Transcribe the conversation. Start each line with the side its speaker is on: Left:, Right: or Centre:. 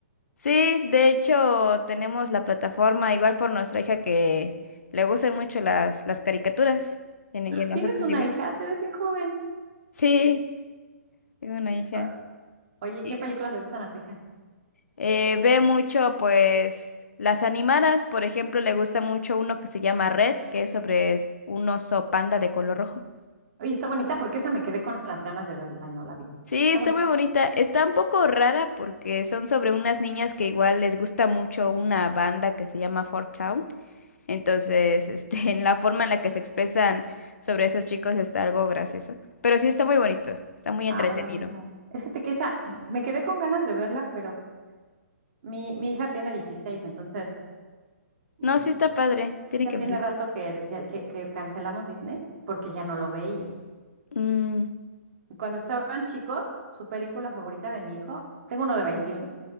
Left: Sí, de hecho, tenemos la plataforma igual por nuestra hija que le gustan mucho las, las caricaturas, en- y a nosotros
Right: Tienes una
Left: igual.
Right: hija, te ves bien joven.
Left: Sí, tengo una hija.
Right: O- Oye,
Left: Y,
Right: ¿qué películas le gustan a tu hija?
Left: eh, ve mucho, pues, las animadas, por ejemplo, le gusta mucho uno que se llama Red, que es sobre un oso panda de color rojo.
Right: Oye, está bonita porque esa me quedé con las ganas de verla y no la vi.
Left: Sí,
Right: ¿Está
Left: está
Right: bonita?
Left: muy bonita. Está un poco rara porque son sobre unas niñas que igual les gusta mucho una banda que se llama Fort Town. Entonces, este, <laughs> en la forma en la que se expresan sobre esos chicos está algo gracioso. Pero sí está muy bonito, está muy
Right: Ay,
Left: entretenido.
Right: la voy a ver. Es que te- que esa, me quedé con ganas de verla, pero mi, mi hija tiene 16, entonces mm,
Left: No, sí está padre, tiene
Right: ya
Left: que
Right: tiene
Left: verlo.
Right: rato que, ya- que, que cancelamos Disney porque ya no lo veía.
Left: Mm,
Right: Cuando estaban chicos, su película favorita de mi hijo, tengo uno de 21